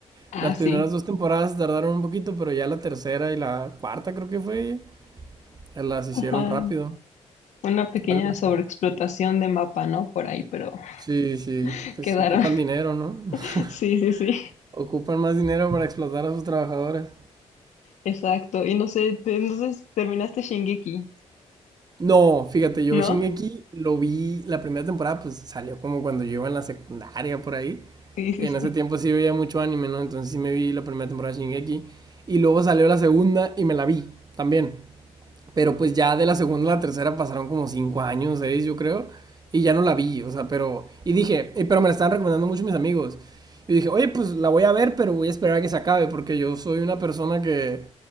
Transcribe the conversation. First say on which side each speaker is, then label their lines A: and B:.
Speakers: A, on the left; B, on the right.
A: Ah,
B: las
A: sí.
B: primeras dos temporadas tardaron un poquito, pero ya la tercera y la cuarta creo que fue, eh, las hicieron
A: Ajá.
B: rápido.
A: Una pequeña
B: Algo así.
A: sobreexplotación de mapa, ¿no? Por ahí, pero
B: Sí, sí,
A: <laughs>
B: pues
A: quedaron.
B: ocupan dinero,
A: <laughs>
B: ¿no? <laughs>
A: Sí, sí, sí.
B: Ocupan más dinero para explotar a sus trabajadores.
A: Exacto. Y no sé, te- entonces terminaste Shingeki,
B: No, fíjate, yo
A: ¿no?
B: Shingeki lo vi la primera temporada, pues salió como cuando yo iba en la secundaria por ahí.
A: Sí, sí,
B: Y En
A: sí.
B: ese tiempo sí veía mucho anime, ¿no? Entonces sí me vi la primera temporada de Shingeki. Y luego salió la segunda y me la vi también. Pero pues ya de la segunda a la tercera pasaron como cinco años, seis, yo creo. Y ya no la vi, o sea, pero... Y dije, eh, pero me la estaban recomendando mucho mis amigos. Y dije, oye, pues la voy a ver, pero voy a esperar a que se acabe, porque yo soy una persona que